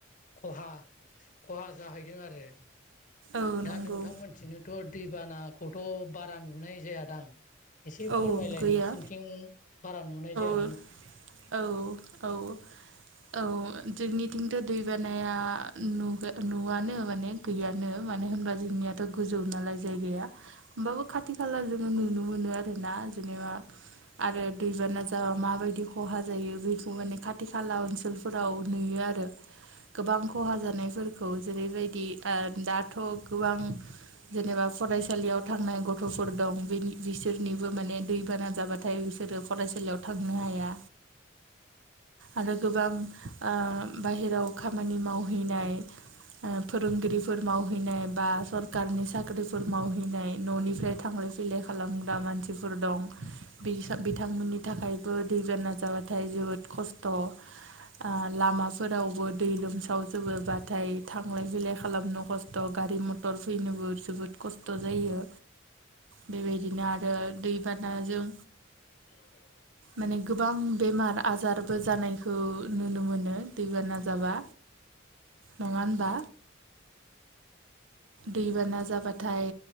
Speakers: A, on the left; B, on the right.
A: खहा खहा जाहैदों आरो।
B: औ
A: दा
B: नंगौ
A: नोंथांमोननिथिंजायथ' दैबानाखौथ' बारा नुनाय जायादां? एसे फोरमायलाय
B: औ गैया
A: नोंसिनिथिं बारा नुनाय जाया
B: औ औ औ‌ जोंनिथिंबो थिंथ' दै बानाया नुगो नुआनो माने गैयानो मानो होनबा जोंनियाथ' गो जौ नालाय जायगाया ओमबाबो खाथि खाला जोङो नुनो मोनो आरोना जेनेबा आरो दैबाना जाबा माबायदि खहा जायो बेखौ माने खाथि खाला ओनसोलफोराव नुयो। आरो गोबां खहा जानायफोरखौ जेरैबायदि ओ दा थ' गोबां जेनेबा फरायसालियाव थांनाय गथ'फोर दं बिनि बिस सोरनिबो माने दैबाना जाबाथाय बिसोरो फरायसालियाव थांनो हाया। आरो गोबां ओ बाहेराव खामानि मावहैनाय ओ फोरोंगिरिफोर मावहैनाय बा सरकारनि साक्रिफोर मावहैनाय न'निफ्राय थां फैलाय खालाम ग्रा मानसिफोर दं बिस बिथांमोननि थाखायबो दैबाना जाबाथाय जोबोद खस्थ' ओ लामाफोरावबो दै लोमसावजोबोबाथाय थांलाय फैलाय खालामनो खस्थ' गारि मटर फैनोबो जोबोद कस्त' जायो बेबायदिनो आ ओ दैबानाजों
A: <unintelligible>
B: माने गोबां बेमार आजारबो जानायखो नुनो मोनो दैबाना जाबा। नङा होनबा दैबाना जाबाथाय